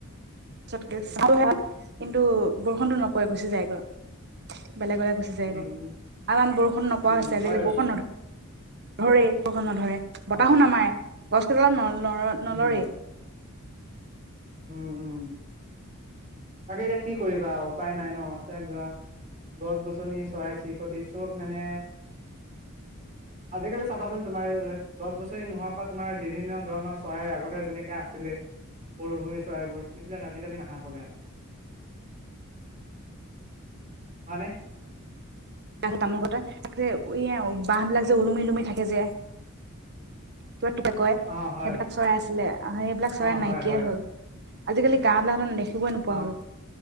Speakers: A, on the right; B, on the right.
A: <unintelligible> কিন্তু বৰষুণটো নপৰে গুচি যায়গৈ। বেলেগলে গুচি যায়গৈ
B: উম
A: আৰু ইমান বৰষুণ নপৰা
B: উম
A: হৈছে আজিকালি
B: হয় বাৰু
A: বৰষুণ নধৰে। ধৰে বৰষুণ নধৰে
B: হয়
A: বতাহো নামাই গছ কেডালো ন
B: উম
A: নলৰে
B: উম উম তাকে এতিয়া কি কৰিবা উপায় নাই ন তাই গছ গছনি চৰাই চিৰিকটি চব মানে আজিকালি চাবাচোন তোমাৰ গছ গছনি নোহোৱাৰ পৰা তোমাৰ বিভিন্ন ধৰণৰ চৰাইৰ আগতে যেনেকে আছিলে মৰুভূমি চৰাইবোৰ এইবিলাক আজিকালি নহা হ'ল ইয়াত হয়নে
A: তামোলতে তাক এ বাঁহ বিলাক যে ওলুমি ওলুমি থাকে যে কিব তোকে কয়
B: অঁ হয়
A: সেইবিলাক চৰাই আছিলে সেইবিলাক চৰাই
B: অঁ হয়
A: নাইকিয়াই
B: হয়
A: হল আজিকালি গাঁও বিলাকত ও নেদে চব নোপোৱা
B: অঁ
A: হ'ল